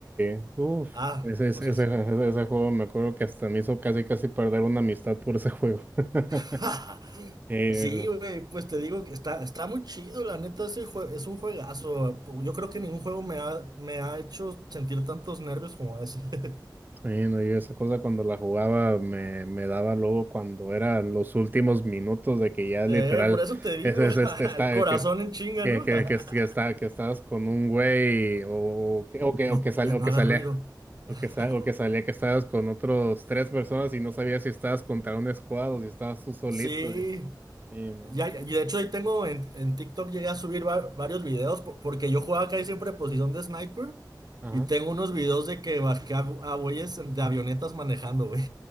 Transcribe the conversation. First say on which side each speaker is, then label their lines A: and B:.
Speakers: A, on the right (about 25°); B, on the right (about 60°).
A: sí, uff.
B: Ah,
A: Ese, ese,
B: pues ese.
A: ese, ese- ese juego me acuerdo que hasta me hizo casi casi perder una amistad por ese juego. <laughs>
B: <laughs>
A: Eh,
B: Sí, güey, pues te digo que está, está muy chido, la neta, ese jue- es un juegazo. Yo creo que ningún juego me ha, me ha hecho sentir tantos nervios como ese. <laughs>
A: Bueno, yo esa cosa cuando la jugaba me, me daba luego cuando eran los últimos minutos de que ya
B: Eh,
A: literal
B: por eso te digo,
A: es, es-
B: <laughs>
A: este está
B: el corazón
A: eh, que es-
B: en chinga,
A: que,
B: ¿no?
A: que,
B: <laughs> Ah,
A: que, es- que está que estabas con un güey o, o que o que
B: No,
A: o que sale
B: eh,
A: o
B: no
A: que
B: haga
A: salía
B: ruido.
A: o
B: <laughs>
A: que sa- o que salía que estabas con otros tres personas y no sabías si estabas contra un squad o si estabas tú solito.
B: Sí,
A: Y, y no.
B: ya, ya- y de hecho ahí tengo en, en TikTok llegué a subir va- varios videos po- porque yo jugaba casi siempre posición de sniper
A: Ajá.
B: y tengo unos videos de que bajé a, a güeyes de avionetas manejando, güey.